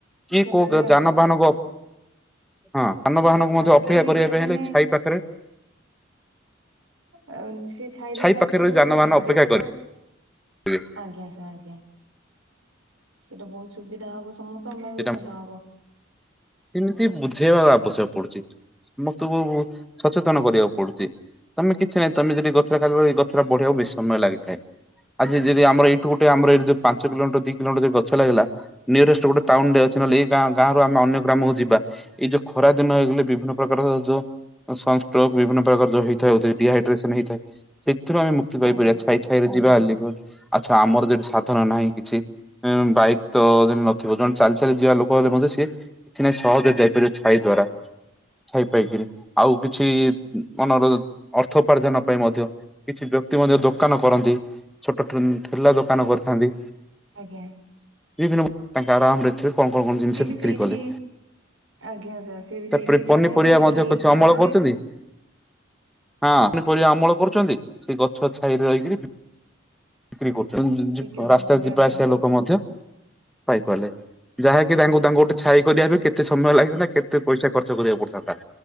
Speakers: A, in the centre; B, on the right.
A: କି
B: ଚାଲିକି
A: କୋଉ ଗୋ
B: ଆଜ୍ଞା
A: ଯାନବାହାନକୁ
B: ସାର୍
A: ଅ ହଁ ସାନବାହାନ କୁ ମଧ୍ୟ
B: ଆଉ
A: ଅପେକ୍ଷା
B: କିଏ ବି
A: କରିବା
B: ସେମାନେ
A: ପାଇଁ ହେଲେ ଛାଇ ପାଖରେ
B: ଅ ସେ ଛାଇରେ
A: ଛାଇ
B: ସାଇକେଲ
A: ପାଖରେ
B: ହଉ
A: ଯାନବାହାନ
B: ଗାଡିରେ
A: ଅପେକ୍ଷା
B: ତ
A: କରିବେ
B: ଆଜ୍ଞା ସା ଆଜ୍ଞା ସେଇଟା ବହୁତ ସୁବିଧା ହବ ସମସ କୁ
A: ସେଟା
B: ବି ଭଲ ହବ।
A: ସେମିତି
B: ଆଜ୍ଞା
A: ବୁଝେଇବାର ଆବଶ୍ୟକ ପଡୁଛି ସମସ୍ତଙ୍କୁ ସଚେତନ କରିବାକୁ ପଡୁଛି ତମେ କିଛି ନାହିଁ ତମେ ଯଦି ଗଛରେ ଖାଇ ଗଛଟା ବଢିବାକୁ ବେଶୀ ସମୟ ଲାଗିଥାଏ। ଆଜି ଯଦି ଆମର ଏଇଠୁ ଗଟେ ଆମର ଯୋ ପାଞ୍ଚ କିଲମିଟର ଦି କିଲୋମଟର ଗଛ ଲାଗିଲା। ନିୟରେଷ୍ଟ ଗୋଟେ ଟାଉନ ରେ ଅଛ ନହେଲେ ଏ ଗାଁ ଗାଁରୁ ଆମେ ଅନ୍ୟ ଗ୍ରାମକୁ ଯିବା ଏଇ ଯୋଉ ଖରା ଦିନ ହେଇଗଲେ ବିଭିନ୍ନ ପ୍ରକାରର ଯୋଉ ସନ ଷ୍ଟ୍ରୋକ ବିଭିନ୍ନ ପ୍ରକାର ଯୋଉ ହେଇଥାଉ ଡିହାଇଡ୍ରେସନ ହେଇଥାଏ ସେଥିରୁ ଆମେ ମୁ କ୍ତୀ ପାଇ
B: ଆଜ୍ଞା
A: ପାରିବା ଛାଇ
B: ସାର୍
A: ଛାଇରେ ଯିବା ହେଲି କୁ ଆଛା ଆମର ଯଦି ସାଧନ ନାହିଁ କିଛି ଏ ବାଇକ୍ ତ ନଥିବ ଜଣେ ଚାଲି ଚାଲି ଯିବା ଲୋକ ହେଲେ ମଧ୍ୟ ସିଏ କିଛି ନାଇଁ ସହଜରେ ଯାଇପାରିବ ଛାଇ ଦ୍ୱାରା। ଛାଇ ପାଇକିରି ଆଉ କିଛି ମନର ଅର୍ଥ ଉପାର୍ଜନ ପାଇଁ ମଧ୍ୟ କିଛି ବ୍ୟକ୍ତି ମଧ୍ୟ ଦୋକାନ କରନ୍ତି ଛୋଟ ଠେଲା ଦୋକାନ କରିଥାନ୍ତି।
B: ଆଜ୍ଞା।
A: ବିଭିନ୍ନ ତାଙ୍କ ଆରାମରେ ଥିଲେ କଣ କଣ କଣ ଜିନିଷ
B: ସିଏ ବି
A: ବିକ୍ରି
B: ସେଇଠି
A: କଲେ।
B: ଆଜ୍ଞା ସାର୍ ସିଏ ବି ସେଇଠି
A: ତାପରେ
B: ଛିଡା
A: ପନିପରିବା
B: ହେଇପାରିଲେ
A: ମଧ୍ୟ
B: କି
A: କିଛି
B: କାହାର
A: ଅମଳ
B: ବି
A: କରୁଛନ୍ତି। ହଁ ପନି ପରିବା ଅମଳ କରୁଛନ୍ତି ସେଇ ଗଛ ଛାଇରେ ରହିକିରି ବିକ୍ରି କରୁଚନ୍ତି
B: ବିକ୍ରି କରୁଛନ୍ତି
A: ରାସ୍ତା ରେ ଯିବା
B: ଆଜ୍ଞା
A: ଆସିବା
B: ସାର୍
A: ଲୋକ ମଧ୍ୟ ପାଇପାରିଲେ। ଯାହାକି ତାଙ୍କୁ ତାଙ୍କୁ ଗୋଟେ ଛାଇ କରିବା ପାଇଁ କେତେ ସମୟ ଲାଗିଥାନ୍ତା କେତେ ପଇସା ଖର୍ଚ୍ଚ କରିବାକୁ ପଡିଥାନ୍ତା।